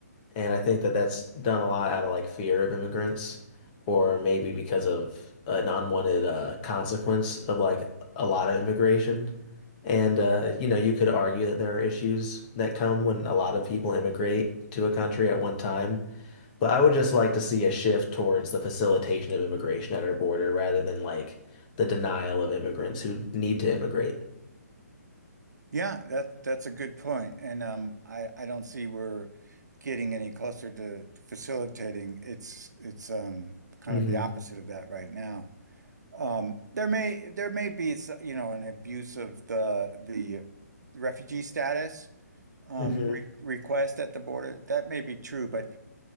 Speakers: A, on the left; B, on the right.
A: And I think that that's done a lot out of like fear of immigrants, or maybe because of an unwanted uh, consequence of like a lot of immigration. And uh, you know, you could argue that there are issues that come when a lot of people immigrate to a country at one time. But I would just like to see a shift towards the facilitation of immigration at our border rather than like the denial of immigrants who need to immigrate.
B: Yeah, that that's a good point. And um I I don't see we're getting any closer to facilitating. It's it's um kind
A: hmm
B: of the opposite of that right now. Um there may there may be s- you know an abuse of the the refugee status um
A: hmm
B: re request at the border. That may be true, but